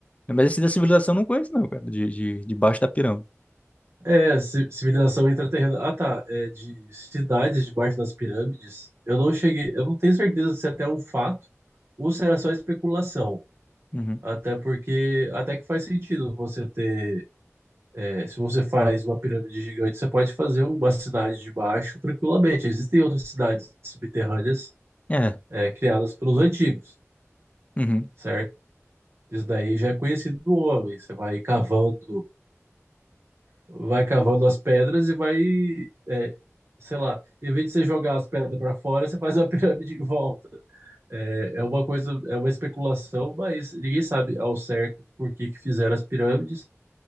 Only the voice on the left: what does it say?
Mas esse da civilização eu não conheço, não, cara. De, de, debaixo da pirâmide.
Uhum.
É.
Uhum.